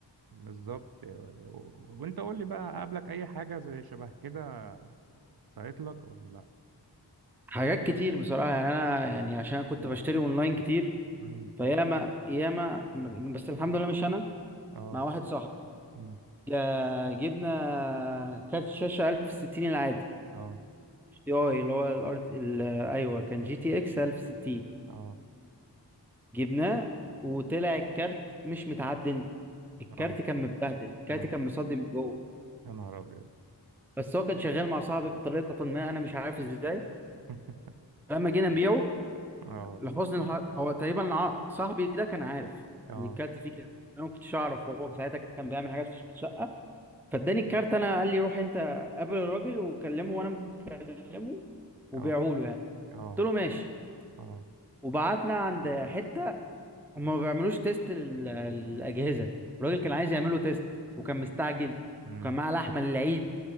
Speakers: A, on the right; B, in the centre.
A: بالظبط و- و- وأنت قول لي بقى قابلك أي حاجة زي شبه كده صارت لك ولا لأ؟
B: حاجات كتير بصراحة يعني أنا يعني عشان كنت بشتري أونلاين كتير
A: مم.
B: فياما ياما بس الحمد لله مش أنا
A: أه
B: مع واحد صاحبي
A: مم.
B: جا- جبنا كارت شاشة 1060 العادي
A: أه
B: تي أي اللي هو الأرت ال- أيوه كان جي تي إكس 1060
A: أه
B: جبناه وطلع الكارت مش متعدل الكارت
A: أه
B: كان متبهدل الكارت
A: يا نهار
B: كان مصدي من جوه
A: يا نهار أبيض
B: بس هو كان شغال مع صاحبي بطريقة ما أنا مش عارف إزاي
A: <laughs>
B: فلما جينا نبيعه
A: أه
B: لحسن الحظ هو تقريبا ع- صاحبي ده كان عارف
A: أه
B: ان الكارت فيه كده انا ما كنتش اعرف وهو ساعتها كان بيعمل حاجات في الشقه فاداني الكارت انا قال لي روح انت قابل الراجل وكلمه وانا مكلمه وبيعوا
A: أه
B: له يعني
A: أه
B: قلت له ماشي
A: أه
B: وبعتنا عند حته هم ما بيعملوش تيست لل- للاجهزه الراجل كان عايز يعمله تيست وكان مستعجل
A: مم.
B: وكان معاه لحمه للعيد